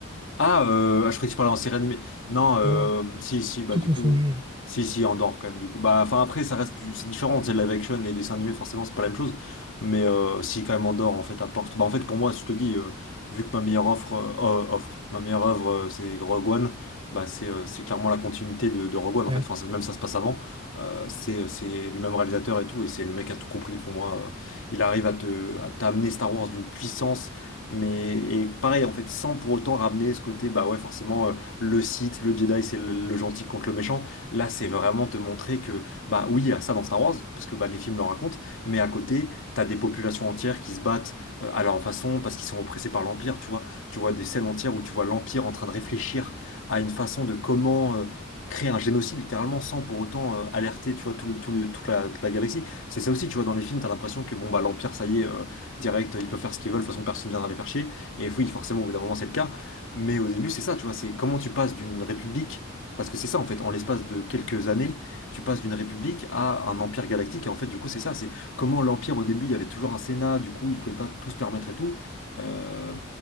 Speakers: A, on the left; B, on the right.
A: Ah, euh, ah, je croyais que tu parlais en série animée. Non, euh,
B: Non,
A: si, si, bah
B: tout
A: du
B: confondu.
A: coup, si, si, Andorre quand même, du coup. Bah, enfin, après, ça reste du... c'est différent, c'est live action et dessin animé, forcément, c'est pas la même chose. Mais euh, si, quand même, Andorre, en fait, apporte. Bah, en fait, pour moi, je te dis, euh, vu que ma meilleure offre, euh, euh, offre, ma meilleure œuvre, euh, c'est Rogue One, bah, c'est euh, c'est clairement la continuité de, de Rogue One,
B: Ouais.
A: en fait. Enfin, c'est- même ça se passe avant. Euh, c'est c'est le même réalisateur et tout, et c'est le mec qui a tout compris pour moi. Euh, Il arrive à te, à t'amener Star Wars d'une puissance. Mais et pareil, en fait, sans pour autant ramener ce côté, bah ouais, forcément, euh, le Sith, le Jedi, c'est le, le gentil contre le méchant. Là, c'est vraiment te montrer que, bah oui, il y a ça dans Star Wars, parce que bah, les films le racontent, mais à côté, t'as des populations entières qui se battent euh, à leur façon parce qu'ils sont oppressés par l'Empire, tu vois. Tu vois des scènes entières où tu vois l'Empire en train de réfléchir à une façon de comment. euh, créer un génocide littéralement sans pour autant euh, alerter tu vois tout le- tout le- toute la, toute la galaxie c'est ça aussi tu vois dans les films t'as l'impression que bon bah l'empire ça y est euh, Direct, ils peuvent faire ce qu'ils veulent, de toute façon personne ne viendra les faire chier. Et oui, forcément, au bout d'un moment, c'est le cas. Mais au début, c'est ça, tu vois, c'est comment tu passes d'une république, parce que c'est ça en fait, en l'espace de quelques années, tu passes d'une république à un empire galactique. Et en fait, du coup, c'est ça, c'est comment l'empire au début, il y avait toujours un Sénat, du coup, ils pouvaient pas tout se permettre et tout. Euh,